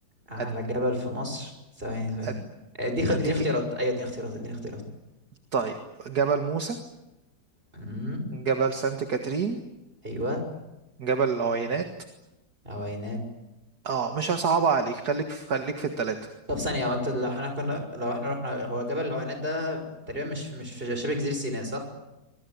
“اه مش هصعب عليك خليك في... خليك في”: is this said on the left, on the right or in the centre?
Right